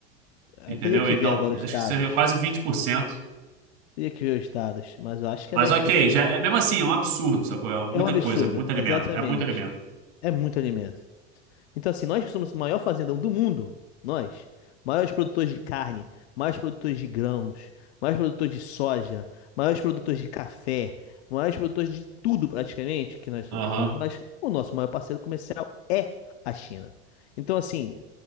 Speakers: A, on the right; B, on the left.
A: Entendeu?
B: eu teria que
A: Então,
B: ver agora os
A: acho
B: dados.
A: que seria quase vinte por cento
B: Teria que ver os dados, mas eu acho que
A: Mas
B: é dez
A: ok,
B: por cento.
A: já, é, mesmo assim, é um absurdo, sacou? É
B: É
A: muita
B: um absurdo,
A: coisa, muito alimento.
B: exatamente.
A: É muito alimento.
B: É muito alimento. Então, assim, nós que somos o maior fazendão do mundo, nós, maiores produtores de carne, maiores produtores de grãos, maiores produtores de soja, maiores produtores de café, maiores produtores de tudo praticamente que nós so-
A: Aham,
B: que somos nós, o nosso maior parceiro comercial é a China. Então, assim,